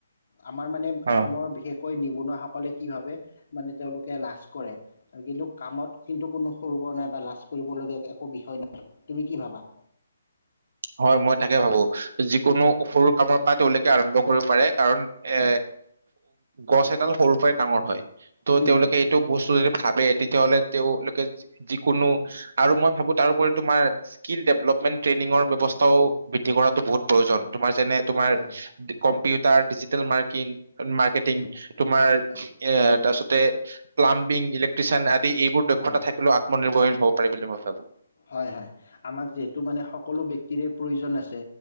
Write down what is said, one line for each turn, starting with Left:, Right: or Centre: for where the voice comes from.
Left: আমাৰ মানে অসমৰ
Right: অ
Left: বিশেষ কৈ নিবনুৱাসকলে কি ভাবে মানে তেওঁলোকে লাজ কৰে। আৰু কিন্তু কামত কিন্তু কোনো সৰু বৰ নাই বা লাজ কৰিবলগীয়া একো বিষয় নাই, তুমি কি ভাবা?
Right: হয় মই তাকে ভাবো। যিকোনো সৰু কামৰ পৰা <unintelligible> আৰম্ভ কৰিব পাৰে কাৰণ এ,
Left: উম
Right: গছ এডাল সৰুৰ পৰাই ডাঙৰ হয় ত'
Left: উম
Right: তেওঁলোকে
Left: উম
Right: টো বস্তু যদি ভাবে তেতিয়াহ'লে তেওঁলোকে যিকোনো আৰু মই ভাবো তাৰোপৰি স্কিল ডেভলপমেণ্ট ট্ৰেইনিঙৰ ব্যৱস্থাও বৃদ্ধি কৰাতো বহুত প্ৰয়োজন। তোমাৰ যেনে তোমাৰ
Left: হয়
Right: computer, digital marking, marketing
Left: um
Right: তোমাৰ এ
Left: হয়
Right: তাৰপিছতে প্লাম্বিং, ইলেক্ট্ৰিচিয়ান আদি এইবোৰ দক্ষতা
Left: অ
Right: থাকিলেও মই নিৰ্ভৰশীল হব পাৰে বুলি মই ভাবো।
Left: হয়, হয়। আমাক যিহেতু মানে সকলো বক্তিৰে প্ৰয়োজন আছে।